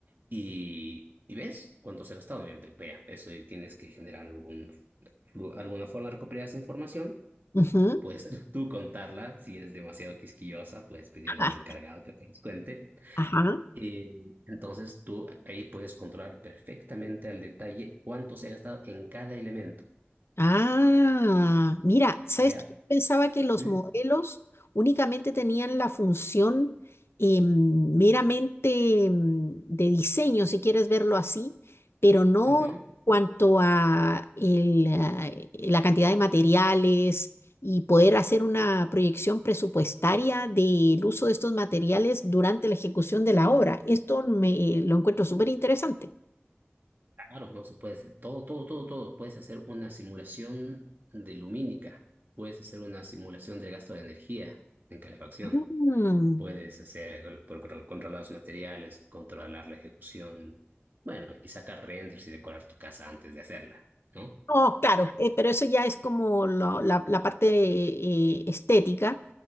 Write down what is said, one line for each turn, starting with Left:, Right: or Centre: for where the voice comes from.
Right: y, y ves cuánto se ha gastado. Obviamente, vea, eso y tienes que generar algún, flu- alguna forma de recuperar esa información,
Left: ujú,
Right: pues <laughs> tú contarla, si eres demasiado quisquillosa, puedes pedirle
Left: ajá.
Right: a un encargado que te los cuente.
Left: ajá.
Right: Y entonces tú ahí puedes controlar perfectamente al detalle cuánto se ha gastado en cada elemento,
Left: Ah, mira, ¿sabes
Right: ¿ya?
Left: qué? Pensaba que los
Right: Ujú.
Left: modelos únicamente tenían la función eh, meramente mm, de diseño, si quieres verlo así, pero no
Right: Ujú.
Left: cuanto a el, ah, la cantidad de materiales y poder hacer una proyección presupuestaria del uso de estos materiales durante la ejecución de la obra. Esto me, eh, lo encuentro súper interesante.
Right: Claro, no se puede hacer todo, todo, todo, todo. Puedes hacer una simulación de lumínica, puedes hacer una simulación del gasto de energía en calefacción,
Left: Mm.
Right: puedes hacer el- con- con- controlar los materiales, controlar la ejecución, bueno, y sacar renders y decorar tu casa antes de hacerla, ¿no?
Left: No, claro, eh, pero eso ya es como lo- la, la parte eh, estética